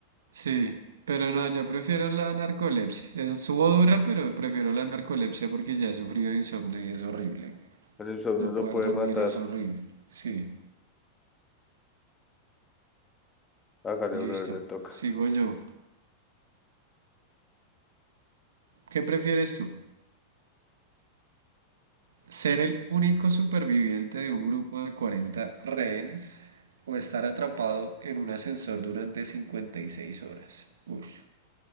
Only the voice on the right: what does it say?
sí, pero no, yo prefiero la narcolepsia. Es subo dura, pero prefiero la narcolepsia porque ya he sufrido insomnio y es horrible.
No
poder
dormir
es horrible. Sí,
listo.
Sigo yo. ¿Qué prefieres tú? Ser el único superviviente de un grupo de 40 rehenes o estar atrapado en un ascensor durante 56 horas. Ush.